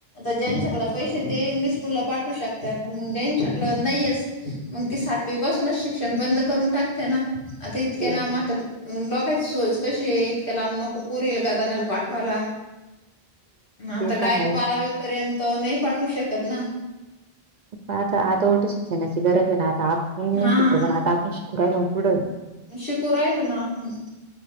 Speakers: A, on the left; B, on the right.
A: ज्यांच्याकडे पैसे, ते इंग्लिश स्कूलला पाठवू शकते आपण मग ज्यांच्याकडं नाहीहेस मग ती सातवी, पासूनच शिक्षण बंद करून टाकते ना आता इतक्या
B: तेच
A: लांब आ लोकाची सोच कशी आहे इतक्या लांब नको पोरींला, गदाण्याला पाठवायला. आता
B: ते तर
A: डायरेक्ट,
B: आहे
A: बारावी पर्यंत नाही. पाठवू शकत ना.
B: आता आता उलट शिक्षणाची गरज आहे ना आता आपण नाही
A: हा
B: शिकलो पण आता आपण शिकू राहिल पुढं.
A: शिकू राहिलोना ना आपण.